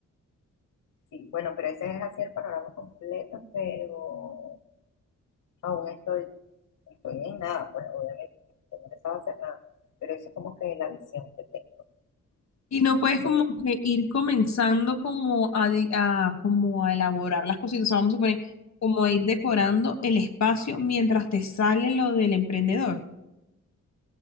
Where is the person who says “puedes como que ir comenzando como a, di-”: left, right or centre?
Left